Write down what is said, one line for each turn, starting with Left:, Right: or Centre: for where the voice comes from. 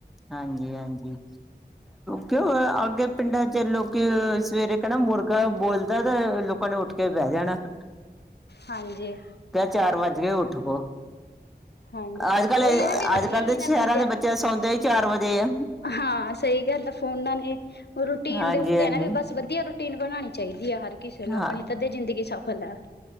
Centre: ਹਾਂਜੀ, ਹਾਂਜੀ। ਕਿਉਂ ਅੱਗੇ ਪਿੰਡਾਂ ਚ ਲੋਕੀ ਸਵੇਰੇ ਕਹਿਣਾ ਮੁਰਗਾ ਬੋਲਦਾ ਤੇ ਲੋਕੀ ਲੋਕਾਂ ਨੂੰ ਉੱਠ ਕੇ ਬਹਿ ਜਾਣਾ ਐ।
Left: ਹਾਂਜੀ।
Centre: ਚਾਰ ਵੱਜ ਗ ਉੱਠ ਪੋ।
Left: ਹਾਂਜੀ
Centre: ਅੱਜ-ਕੱਲ,
Left: ਉਹੀ ਹੈ ਨਾ ਵੀ ਰੂਟੀਨ
Centre: ਅੱਜ-ਕੱਲ ਦੇ
Left: ਹੈ
Centre: ਸ਼ਹਿਰਾਂ
Left: ਬੰਦਿਆਂ
Centre: ਦੇ ਬੱਚੇ ਸੌਂਦੇ ਹੀ ਚਾਰ ਵਜੇ ਐ।
Left: ਹਾਂ, ਸਹੀ ਗੱਲ ਆ ਫੋਨਾਂ ਨੇ ਰੂਟੀਨ
Centre: ਹਾਂਜੀ
Left: ਦੇ ਉੱਤੇ
Centre: ਹਾਂਜੀ
Left: ਹੈ ਨਾ ਵੀ ਬਸ ਬਸ ਵਧੀਆ ਰੂਟੀਨ ਬਣਾਉਣੀ ਚਾਹੀਦੀ ਹੈ ਹਰ ਕਿਸੇ ਨੂੰ
Centre: ਹਾਂ
Left: ਆਪਣੀ ਤਧ ਏ ਜ਼ਿੰਦਗੀ ਸਫਲ ਹੈ।